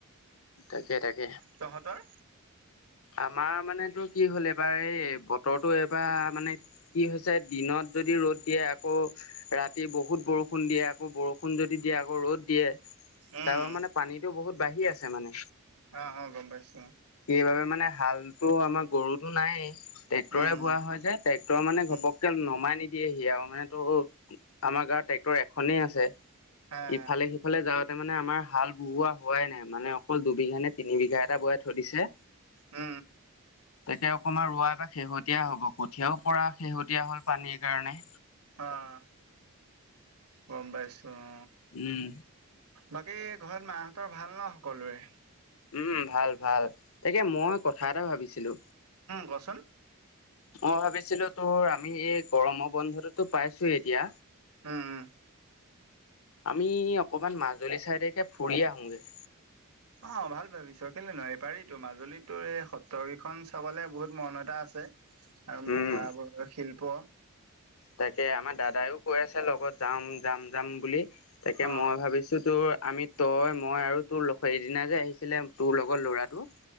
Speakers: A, on the left; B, on the right.
A: তাকে - তাকে।
B: তহঁতৰ?
A: আমাৰ মানেতোৰ কি হ'ল এইবাৰ এই বতৰটো এইবাৰ মানে কি হৈছে দিনত যদি যদি ৰ'দ দিয়ে আকৌ ৰাতি বহুত বৰষুণ দিয়ে আকৌ বৰষুণ যদি দিয়ে আকৌ ৰ'দ দিয়ে।
B: উম,
A: তাৰ পৰা মানে পানীটো বহুত বাঢ়ি আছে মানে,
B: অ', অ', গম পাইছো
A: সেইবাবে মানে মানে হালতো আমাৰ গৰুতো নায়েই। ট্ৰেক্টৰে
B: উম, উম,
A: বোৱা হয় যে ট্ৰেক্টৰ মানে
B: উম,
A: ঘপকে নমাই নিদিয়ে। দিয়েহি আৰু মানে তো আমাৰ গাঁৱত ট্ৰেক্টৰ এখনেই আছে,
B: উম,
A: ইফালে সিফালে যা তাতে মানে আমাৰ হাল বোৱা হোৱাই নাই মানে অকল দুবিঘা নে তিনি বিঘা এটা বোৱাই থৈ দিছে।
B: উ।
A: তাকে অকমান ৰোৱা বা শেহতীয়া হব কঠীয়াও পৰা শেহতীয়া হল পানীৰ কাৰণে।
B: অ' গম পাইছো। অ
A: উম।
B: বাকী ঘৰত মাহঁতৰ ভাল ন সকলোৰে?
A: উম ভাল ভাল, তাকে মই কথা এটা ভাবিছিলো
B: কচোন
A: মই ভাবিছিলো তোৰ আমি এই গৰমৰ বন্ধটোতো পাইছোয়েই এতিয়া।
B: উম, উ।
A: আমি অকমান মাজুলী চাইডেকে ফুৰি আহোগে।
B: অ', ভাল ভাবিছ কেলৈ নোৱাৰি পাৰি তো, মাজুলীতো এই সত্ৰ কেইখন চাবলে বহুত মন এটা আছে। আছে আৰু মুখাবোৰৰ
A: উম
B: শিল্প।
A: তাকে আমাৰ দাদায়েও কৈ আছে লগত যাম যাম যাম বুলি। তাকে
B: অ
A: মই ভাবিছো তোৰ আমি তই মই আৰু তোৰ সিদিনা যে আহিছিলে তোৰ লগৰ ল'ৰাটো।